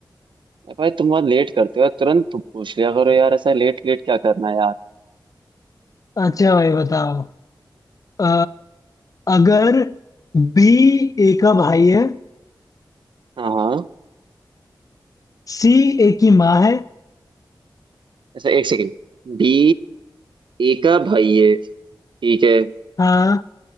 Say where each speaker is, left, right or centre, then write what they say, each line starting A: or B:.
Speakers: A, on the right; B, on the left.
A: अरे भाई तुम बहुत लेट करते हो तुरंत तुम पूछ लिया करो यार ऐसा लेट लेट क्या करना है यार
B: अच्छा भाई बताओ अ, अगर बी ए का भाई है
A: हाँ हाँ
B: सी ए की माँ है
A: ऐसा एक सेकंड डी ए का भाई है ठीक है
B: हाँ